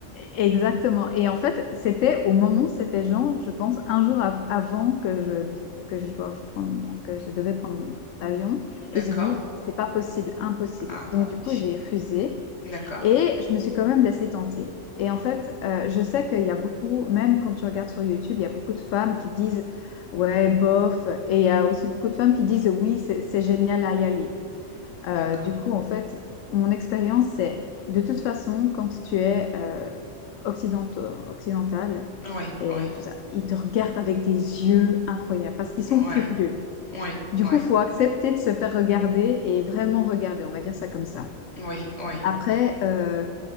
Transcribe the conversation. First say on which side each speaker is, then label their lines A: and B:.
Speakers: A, on the left; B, on the left.
A: Exactement. Et en fait, c'était au moment, c'était genre, je pense, un jour av- avant que je, que je doive prendre, mon- que je devais prendre mon avion.
B: d'accord.
A: Et j'ai dit, c'est pas possible, impossible.
B: Ah,
A: Donc,
B: bah
A: du
B: oui,
A: coup, j'ai
B: Mm.
A: refusé
B: d'accord,
A: et je me suis quand même laissée tenter. Et en fait, euh, je sais qu'il y a beaucoup, même quand tu regardes sur YouTube, il y a beaucoup de femmes qui disent, ouais, bof. Et il y a aussi beaucoup de femmes qui disent, oui, c'est c'est génial à y aller. Euh,
B: d'accord.
A: du coup, en fait, mon expérience, c'est de toute façon, quand tu es euh, occidentaux- occidental
B: Oui,
A: et
B: oui,
A: tout ça, ils te regardent avec des yeux incroyables parce qu'ils
B: ouais,
A: sont curieux.
B: oui,
A: Du
B: oui,
A: coup, faut accepter de se faire regarder et vraiment regarder, on va dire ça comme ça.
B: oui, oui.
A: Après, euh,